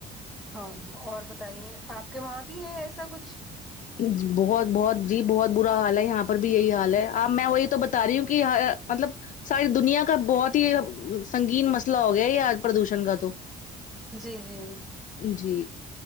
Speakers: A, in the centre; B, on the left.
A: ہاں اور بتائیے آپ کے وہاں بھی ہے ایسا کچھ
B: جی بہت بہت جی بہت برا حال ہے یہاں پر بھی یہی حال ہے اب میں وہی تو بتا رہی ہوں کہ ہا مطلب ساری دنیا کا بہت ہی سنگین مسئلہ ہو گیا یہ آج پردوشن کا تو
A: جی جی
B: جی